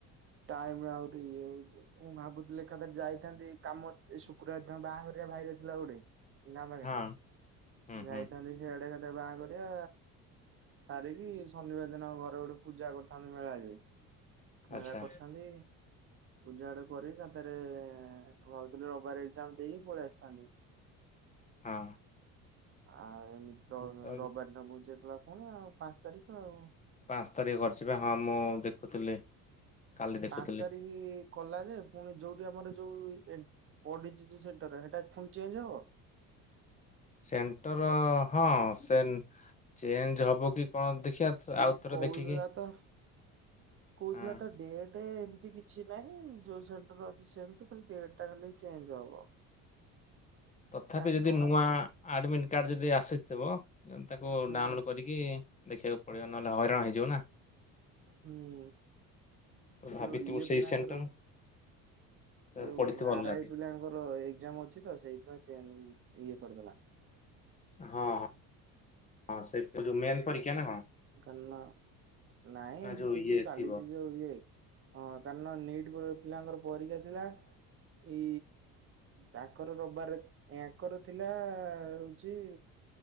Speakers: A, on the right; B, on the left.
A: ଟାଇମ ଆହୁରି ଇଏ ହଉଛି। ମୁଁ ଭାବୁଥିଲି ଏକାଥରେ ଯାଇଥାନ୍ତି କାମ ଶୁକ୍ରବାର ଦିନ ବାହାଘରିଆ ଭାଇରେ ଥିଲା ଗୋଟେ। ଗାଁ ପାଖରେ
B: ହଁ ହୁଁ
A: ଯାଇଥାନ୍ତି
B: ହୁଁ।
A: ସିଆଡେ ଗୋଟେ ବାହା ଘରିଆ। ସାରିକି ଶନିବାର ଦିନ ଘରେ ଗୋଟେ ପୂଜା କରିଥାନ୍ତି ମେଳାଳି।
B: ଆଚ୍ଛା
A: ମେଳା କରିଥାନ୍ତି। ପୂଜା ଗୋଟେ କରି ଏକାଥରେ କହୁଥିଲି ରବିବାରେ ଏକ୍ଜାମ ଦେଇକି ପଳେଇ ଆସିଥାନ୍ତି।
B: ହଁ
A: ଆଉ ଏମିତି
B: ତ
A: ରବିବାର ଦିନ ଘୁଞ୍ଚେଇ ଦେଲା ପୁଣି ଆଉ ପାଞ୍ଚ ତାରିଖ ଆଉ
B: ପାଞ୍ଚ ତାରିଖ କରିଛି ବା ହଁ ମୁଁ ଦେଖୁଥିଲି। କାଲି ଦେଖୁଥିଲି।
A: ପାଞ୍ଚ ତାରିଖ କଲା ଯେ ପୁଣି ଯୋଉଠି ଆମର ଯୋଉ ଏକ୍ ପଡିଛି ଯୋଉ ସେଣ୍ଟର ରେ ସେଇଟା ପୂଣି ଚେଞ୍ଜ ହବ।
B: ସେଣ୍ଟର ହଁ ସେ ଚେଞ୍ଜ ହବ କି କଣ ଦେଖିବା।
A: ସିଏ
B: ଆଉଥରେ
A: କହୁଥିଲା
B: ଦେଖିକି
A: ତ କହୁଥିଲା
B: ହଁ
A: ତା ଡେଟ ଏତିକି। କିଛି ନାହିଁ ଯୋଉ ସେଣ୍ଟର ଅଛି ସେମିତି ଖାଲି ଡେଟ୍ ଖାଲି ଚେଞ୍ଜ ହବ।
B: ତଥାପି
A: କାଇଁ
B: ଯଦି
A: ଜଣା
B: ନୂଆ ଆଡ଼ମିଟ୍ କାର୍ଡ଼ ଯଦି ଆସିଥିବ ତାକୁ ଡାଉନଲୋଡ଼
A: ହୁଁ
B: କରିକି ଦେଖିବାକୁ ପଡ଼ିବ ନହେଲେ ହଇରାଣ ହେଇଯିବ ନା।
A: ହୁଁ
B: ତ ଭାବିଥିବୁ
A: ଯୋଉ ଇଏ
B: ସେଇ
A: ପିଲାଙ୍କର
B: ସେଣ୍ଟର ସେ
A: ଯୋଉ
B: ପଡିଥିବ
A: ଆରାଇ
B: ଅଲଗାଟି
A: ପିଲାଙ୍କର ଏକ୍ଜାମ ଅଛି। ଅଛିତ ସେଇଥିପାଇଁ ଚେନ୍ ଇଏ କରିଦେଲା।
B: ହଁ ହଁଁ ସେ ଯୋଉ ମେନ୍ ପରୀକ୍ଷା ନା କଣ?
A: କାଲନ୍ ନାଇଁ
B: ନା
A: ଏଇ
B: ଇଏ
A: ଯୋଉ ଚାଲିଛି
B: ଥିବ
A: ଯୋଉ ଇଏ ହଁ। ନିଟ୍ ପିଲାଙ୍କର ପରୀକ୍ଷା ଥିଲା ଏଇ ତାଙ୍କର ରିବି ବାରେ ୟାଙ୍କର ଥିଲା ହଉଛି